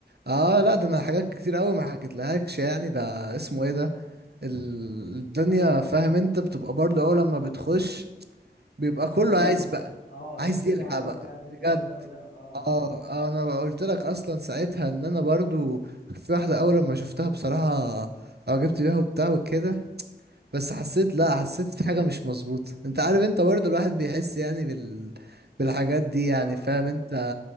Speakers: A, on the right (about 75°); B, on the left (about 60°).
A: اه لا ده انا حاجات كتير قوي ما حكيتلهاكش يعني ده اسمه ايه ده ال- الدنيا فاهم انت بتبقى برضه اول لما بتخش بيبقى
B: ناس
A: كله
B: جديده
A: عايز
B: بقى
A: بقى
B: اه
A: عايز
B: ناس جديده
A: يلحق
B: وعايز
A: بقى
B: تقابل ده
A: بجد
B: وده وده اه
A: اه آه، انا بقى قلت لك اصلا ساعتها ان انا برضو في واحده اول لما شفتها بصراحه اه جبت بيها وبتاع وكده بس حسيت لا حسيت في حاجه مش مظبوطه انت عارف انت برضو الواحد بيحس يعني بال بالحاجات دي يعني
B: اه
A: فاهم انت